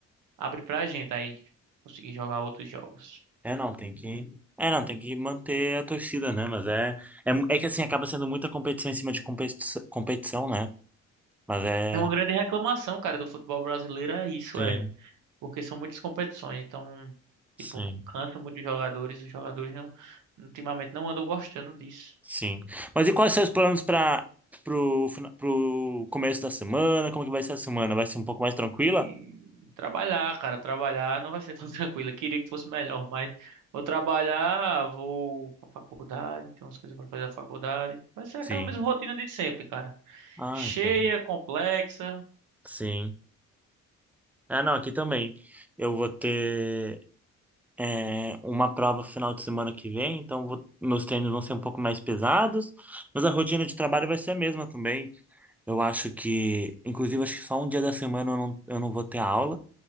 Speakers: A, on the right; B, in the centre.
A: abre pra gente aí conseguir jogar outros jogos.
B: É, não, tem que. É, não, tem que manter a torcida, né? Mas é. É, mu- é que assim, acaba sendo muita competição em cima de competição, competição, né? Mas é.
A: É uma grande reclamação, cara, do futebol brasileiro, é isso,
B: Sim,
A: é. Porque são muitas competições, então,
B: sim,
A: tipo, cansa muito os jogadores, os jogadores não, ultimamente não andam gostando disso.
B: sim. Mas e quais são os planos para pro, fina- pro começo da semana? Como que vai ser a semana? Vai ser um pouco mais tranquila?
A: E trabalhar, cara, trabalhar não vai ser tão <laughs> tranquilo. Eu queria que fosse melhor, mas vou trabalhar, vou pra faculdade, tem umas coisas pra fazer na faculdade. Vai ser aquela
B: Sim.
A: mesma rotina de sempre, cara.
B: Ah,
A: cheia,
B: então.
A: complexa.
B: Sim. É, não, aqui também. Eu vou ter é, uma prova final de semana que vem, então vou- meus treinos vão ser um pouco mais pesados, mas a rotina de trabalho vai ser a mesma também. Eu acho que, inclusive, acho que só um dia da semana eu não, eu não vou ter aula,